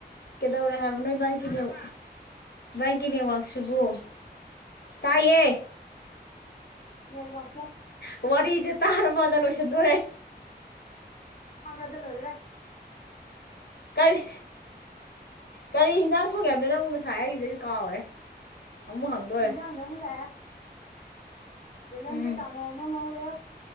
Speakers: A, on the left; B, on the left.
A: ꯀꯗꯧꯔꯤ ꯍꯥꯏꯕ ꯂꯨꯩꯕꯅꯤ ꯀꯂꯤꯧ ꯏꯒꯤꯦꯅꯦ ꯋꯥꯥꯛꯁꯨꯕꯣ ꯇꯥꯏꯌꯦꯌꯦ
B: ꯌꯦꯁ
A: ꯋꯥ ꯋꯥꯔꯤꯖ ꯇꯔꯕ ꯗ ꯂꯣꯏꯁꯤꯟꯗꯣꯔꯦ
B: ꯍꯥꯕ꯭ꯔꯗꯜ ꯍꯣꯗ꯭ꯔꯦ
A: ꯀꯔꯤ ꯀꯔꯤ ꯍꯟꯖꯥꯡ ꯊꯣꯡꯉꯦꯗ ꯅꯪ ꯑꯃꯛ ꯉꯁꯥꯏ ꯑꯩꯁꯤꯗꯩꯁꯨ ꯀꯥꯎꯔꯦ ꯑꯃꯨꯛ ꯍꯪꯗꯣꯔꯦ
B: ꯏꯖꯥꯡꯗ ꯃꯨꯂꯦ ꯂꯗꯤ
A: ꯎꯝ
B: ꯀꯥꯉꯣꯃ ꯉꯧꯔꯦ